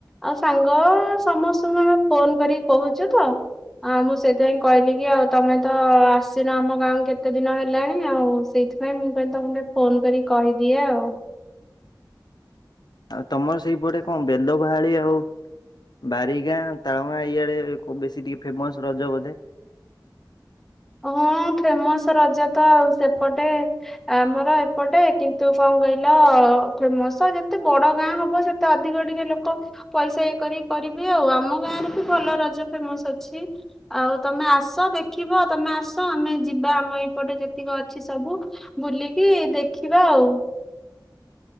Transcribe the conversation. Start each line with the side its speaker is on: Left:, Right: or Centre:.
Centre: ଆଉ ସାଙ୍ଗ ସମସ୍ତଙ୍କୁ ଆମେ ଫୋନ କରିକି କହୁଚୁ ତ ଆ ମୁଁ ସେଥିପାଇଁ କହିଲି କି ଆଉ ତମେ ତ ଆସିନ ଆମ ଗାଁ କୁ କେତେ ଦିନ ହେଲାଣି ଆଉ ସେଇଥିପାଇଁ ମୁଁ କଇଲି ତମୁକୁ ଟିକେ ଫୋନ କରିକି କହିଦିଏ ଆଉ।
Left: ତମର ସେଇପଟେ କଁ ବେଲ ଵାହାଳି ଆଉ ବାରିଗାଁ ତାଳମାଁ ଇଆଡେ ବେଶୀ ଟିକେ ଫେମସ ରଜ ବୋଧେ। <unintelligible>
Centre: ହଁ ଫେମସ ରଜ ତ ଆଉ ସେପଟେ। ଆମର ଏପଟେ କିନ୍ତୁ କଁ କଇଲ ଫେମସ ଯେତେ ବଡ ଗାଁ ହବ ସେ ତେ ଅଧିକ ଟିକେ ଲୋକ ପଇସା ଇଏ କରି କରିବି ଆଉ ଆମ ଗାଁରେ ବି ଭଲ ରଜ ଫେମସ ଅଛି। ଆଉ ତମେ ଆସ ଦେଖିବ ତମେ ଆସ ଆମେ ଯିବା ଆମ ଏଇପଟେ ଯେତିକ ଅଛି ସବୁ ବୁଲିକି ଦେଖିବା ଆଉ।